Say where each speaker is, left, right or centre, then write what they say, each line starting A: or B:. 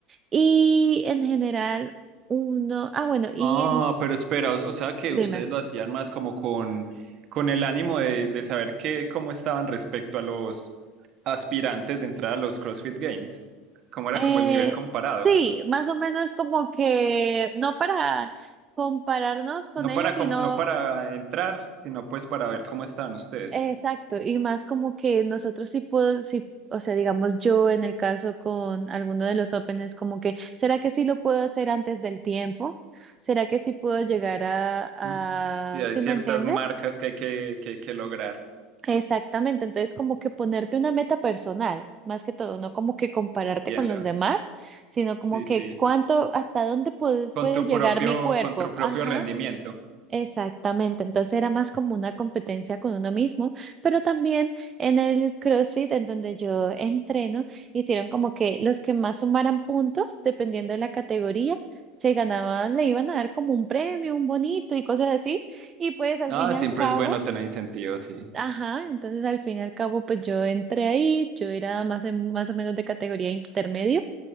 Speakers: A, on the right; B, on the right.
A: Y en general, uno, ah, bueno, y
B: Ah,
A: en,
B: pero espera, o, o sea que
A: dime.
B: ustedes lo hacían más como con, con el ánimo de, de saber qué cómo estaban respecto a los aspirantes de entrar a los CrossFit Games. ¿Cómo era
A: Eh,
B: como el nivel comparado?
A: sí, más o menos como que no para compararnos con
B: No
A: ellos,
B: para,
A: sino
B: com- no para entrar, sino pues para ver cómo están ustedes.
A: exacto, y más como que nosotros sí puedo, sí, o sea, digamos yo en el caso con alguno de los Opens, como que, ¿será que sí lo puedo hacer antes del tiempo? ¿Será que sí puedo llegar a,
B: Mm. Y hay
A: a, ¿sí
B: ciertas
A: me entiendes?
B: marcas que hay que, que hay que lograr,
A: Exactamente, entonces como que ponerte una meta personal, más que todo, no como que compararte
B: entiendo.
A: con los demás, sino como
B: Sí,
A: que
B: sí.
A: cuánto, hasta dónde puede, puede
B: Con tu
A: llegar
B: propio,
A: mi cuerpo.
B: con tu propio
A: Ajá,
B: rendimiento.
A: exactamente, entonces era más como una competencia con uno mismo, pero también en el CrossFit, en donde yo entreno, hicieron como que los que más sumaran puntos, dependiendo de la categoría, se ganaban, le iban a dar como un premio, un bonito y cosas así, y pues al
B: Ah,
A: fin y
B: siempre
A: al cabo
B: es bueno tener incentivos, sí.
A: Ajá, entonces al fin y al cabo, pues yo entré ahí, yo era más, en- más o menos de categoría intermedio